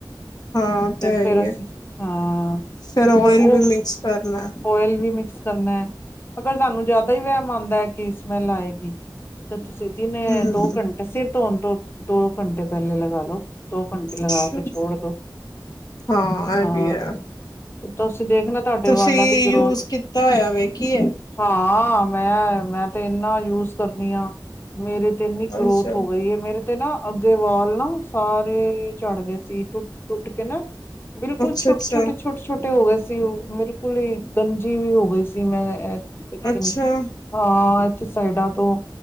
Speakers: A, on the left (about 55°); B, on the left (about 30°).
A: ਹਾਂ ਉਹ
B: ਤੇ
A: ਤਾਂ ਹੈ
B: ਫੇਰ
A: ਹੀ
B: ਅਸੀਂ,
A: ਹੈ
B: ਹਾਂ-
A: ਫਿਰ ਓਇਲ
B: ਤੇ ਉਹ,
A: ਵੀ ਮਿਕਸ ਕਰਨਾ
B: ਆਇਲ ਵੀ ਮਿਕਸ ਕਰਨਾ ਹੈ। ਅਗਰ ਤੁਹਾਨੂੰ ਜ਼ਿਆਦਾ ਹੀ ਵਹਿਮ ਆਂਦਾ ਕਿ ਸਮੈਲ ਆਏਗੀ, ਤੇ ਤੁਸੀਂ ਦਿਨੇ
A: ਹੂੰ
B: ਦੋ ਘੰਟ- ਇਹ ਸਿਰ ਧੋਣ ਤੋਂ, ਦੋ ਘੰਟੇ ਪਹਿਲੇ ਲਗਾ ਲਓ, ਦੋ ਘੰਟੇ ਲਗਾ
A: ਅੱਛਾ
B: ਕੇ ਛੋੜ ਦੋ।
A: ਹਾਂ ਐਹ
B: ਹਾਂ
A: ਵੀ ਹੈ।
B: ਤੇ ਤੁਸੀਂ ਦੇਖਣਾ ਤੁਹਾਡੇ
A: ਤੁਸੀਂ
B: ਵਾਲਾਂ ਦੀ ਗਰੋਥ
A: ਯੂਸ ਕੀਤਾ ਹੋਇਆ ਵੇਖੀਏ?
B: ਹਾਂ, ਮੈਂ, ਮੈਂ ਤੇ ਐਨਾ ਯੂਜ ਕਰਦੀ ਆਂ। ਮੇਰੇ ਤੇ ਇੰਨੀ ਗਰੋਥ
A: ਅੱਛਾ
B: ਹੋ ਗਈ ਏ ਮੇਰ- ਤੇ ਨਾ, ਅੱਗੇ ਵਾਲ ਨਾ ਸਾਰੇ ਝੜ ਗਏ ਸੀ ਟੁੱਟ, ਟੁੱਟ ਕੇ ਨਾ- ਬਿਲਕੁਲ਼
A: ਅੱਛਾ-ਅੱਛਾ,
B: ਛੋਟੇ -ਛੋਟੇ, ਛੋਟ- ਛੋਟੇ- ਛੋਟੇ ਹੋ ਗਏ ਸੀ ਉਹ, ਬਿਲਕੁਲ ਹੀ ਗੰਜੀ ਵੀ ਹੋ ਗਈ ਸੀ ਮੈਂ ਐ ਲੇਕਿਨ
A: ਅੱਛਾ-ਅੱਛਾ
B: ਹਾਂ ਐਥੇ ਸਾਈਡਾਂ ਤੋਂ-